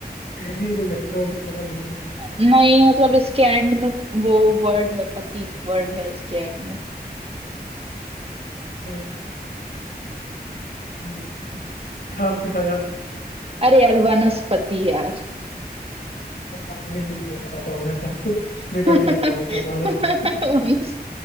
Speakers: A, on the left; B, on the right.
A: पेड़ ही है जो घर पे और जंगल में रहती है
B: नहीं मतलब इसके एंड में वो वर्ड है पति वर्ड है इसके एंड में
A: तो म- क्या पता यार
B: अरे यार वनस्पति यार
A: मैं कभी भी नहीं पहुंच पाता उधर तक <laughs> मैं
B: <laughs>
A: कभी नहीं पहुंच पाता उधर तक।
B: वनस,